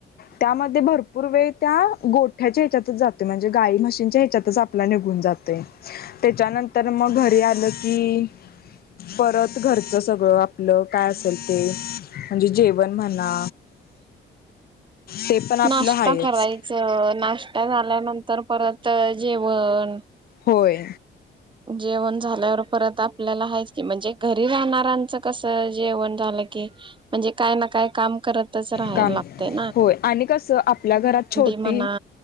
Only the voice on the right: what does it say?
नाष्टा
करायचं नाष्टा झाल्यानंतर परत तर जेवण.
जेवण झाल्यावर परत आपल्याला हयकी की म्हणजे घरी राहणाऱ्यांचं कस जेवण झालं की. म्हणजे काय ना काय काम करतच राहाय
लागतंय.
म्हणा